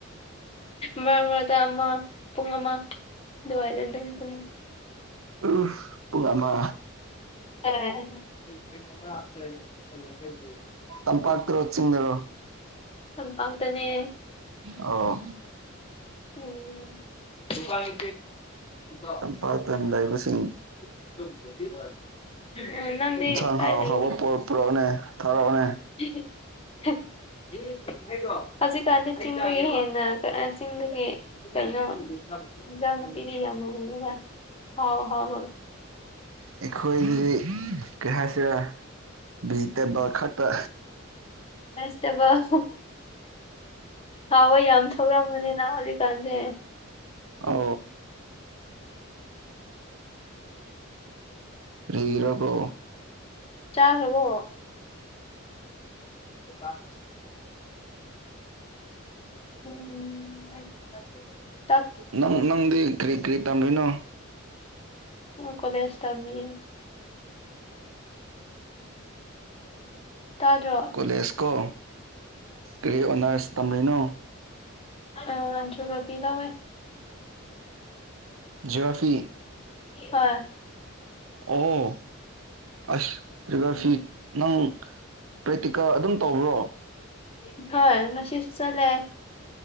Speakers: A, on the left; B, on the right.
A: ꯃꯔꯛ ꯃꯔꯛꯇ ꯑꯃ ꯄꯨꯡ ꯑꯃ ꯑꯗꯨꯋꯥꯏꯗ ꯑꯗꯨꯝ ꯇꯨꯝ
B: ꯑꯨꯞ ꯄꯨꯡ ꯑꯃ
A: <inaudible>
B: ꯇꯝꯄꯥꯛꯇꯔꯣ ꯆꯤꯡꯗꯔꯣ
A: ꯇꯝꯄꯥꯛꯇꯅꯦ
B: ꯑꯣ
A: ꯎꯝ ꯗꯨꯀꯥꯟꯒ <unintelligible>
B: ꯇꯝꯄꯥꯛꯇ ꯂꯩꯕꯁꯤꯡ
A: <unintelligible> ꯅꯪꯗꯤ
B: ꯏꯟꯁꯥꯡ
A: ꯀꯥꯏ
B: ꯍꯥꯎ
A: ꯂꯩꯒꯦ
B: ꯍꯧꯕ ꯄꯨꯔꯛꯄꯔ‌ꯣꯅꯦ ꯊꯥꯔꯛꯑꯣꯅꯦ
A: <unintelligible> ꯍꯧꯖꯤꯛꯀꯥꯟꯗꯤ ꯆꯤꯡꯗꯒꯤ ꯍꯦꯟꯅ ꯑꯥ ꯆꯤꯡꯗꯒꯤ ꯀꯩꯅꯣ ꯏꯟꯁꯥꯡ ꯅꯄꯤꯗꯤ ꯌꯥꯝ <unintelligible> ꯍꯥꯎ ꯍꯥꯎ
B: ꯑꯩꯈꯣꯏꯒꯤꯗꯤ ꯀꯩ ꯍꯥꯏꯁꯤꯔ ꯚꯤꯖꯤꯇꯦꯕꯜ ꯈꯛꯇ
A: ꯚꯦꯁꯇꯦꯕꯜ ꯍꯥꯎꯋ‌ꯦ ꯌꯥꯝ ꯊꯣꯛꯔꯝꯃꯅꯤꯅ ꯍꯧꯖꯤꯛꯀꯥꯟꯁꯦ
B: ꯑꯣ ꯀꯔꯒꯤꯔ ꯀꯣ
A: ꯆꯥꯈ꯭ꯔꯕꯣ ꯀꯥꯟ <unintelligible> ꯎꯝ ꯍꯥꯏ <unintelligible>
B: ꯅꯪ ꯅꯪꯗꯤ ꯀꯔꯤ ꯀꯔꯤ ꯇꯝꯗꯣꯏꯅꯣ
A: ꯀꯣꯂꯦꯖ ꯇꯝꯃꯤꯌ‌ꯦ ꯇꯥꯗꯔ‌ꯣ
B: ꯀꯂꯦꯁꯀꯣ ꯀꯔꯤ ꯑꯣꯅꯔꯁ ꯇꯝꯔꯤꯅꯣ
A: ꯑ ꯖꯤꯑ‌ꯣꯒꯔꯥꯐꯤ ꯂꯧꯌ‌ꯦ
B: ꯖꯔꯐꯤ
A: ꯍꯣꯏ
B: ꯑꯣ ꯑꯁ ꯖꯌꯣꯒ꯭ꯔꯥꯐꯤ
A: ꯎꯝ
B: ꯅꯪ ꯄ꯭ꯔꯦꯛꯇꯤꯀꯦꯜ ꯑꯗꯨꯝ ꯇꯧꯕ꯭ꯔꯣ
A: ꯏꯝꯐꯥꯜ ꯉꯁꯤ ꯆꯠꯂꯦ